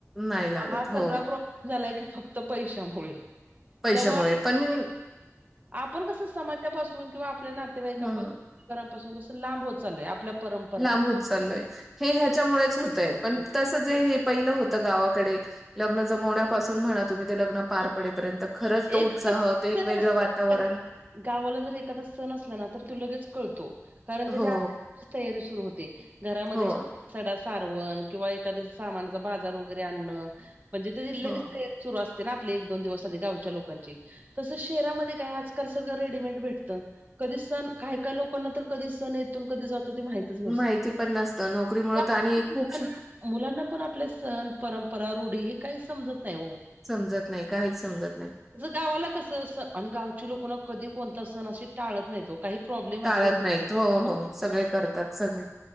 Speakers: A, in the centre; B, on the right.
A: नाही लागत
B: हा
A: हो
B: सगळा प्रॉब्लेम झालाय की फक्त पैशामुळे.
A: पैशामुळे
B: त्यामुळे आपण
A: पण मी
B: आपण कसं समाजापासून किंवा आपल्या नातेवाईकांपासून
A: ह
B: <unintelligible> पासून कसं लांब होत चाललोय. आपल्या परंप
A: लांब होत चाललोय. हे ह्याच्यामुळेच होतय, पण
B: सण
A: तसं जे हे पहिलं होतं गावाकडे लग्न जमवण्यापासून म्हणा तुम्ही ते लग्न पार पडेपर्यंत खरंच
B: एक
A: तो उत्साह
B: जरी
A: ते एक वेगळं
B: असला
A: वातावरण
B: ना ताई गावाला जर एखादा सण असला ना तर तो लगेच कळतो. कारण त्याच्या
A: हो
B: <unintelligible> तयारी सुरु होते. घरामध्ये
A: हो
B: सडा सारवण किंवा एखाद्या सामानाचा बाजार वगैरे आणणं. म्हणजे ते लगेच
A: हो
B: ते सुरू असते ना आपली एक दोन दिवस आधी गावच्या लोकांची तसं शहरामध्ये काय आजकाल सगळं रेडीमेड भेटतं. कधी सण काही काही लोकांना तर कधी सण येेतो आणि कधी जातो ते माहित <unintelligible> नसतं
A: माहिती पण नसतं नोकरीमुळे
B: त्यामुळं
A: तर आणि
B: आपण
A: खूप
B: <unintelligible> मुलांना पण आपले सण, परंपरा, रूढी हे काही समजत नाही ओ.
A: समजत नाही, काहीच समजत नाही.
B: गावाला कसं अस आणि गावची लोकं ना कधी कोणता सण असे टाळत नाही ओ. काही प्रॉब्लेम
A: टाळत
B: असेल <unintelligible>
A: नाहीत हो
B: <unintelligible>
A: हो सगळे करतात सगळे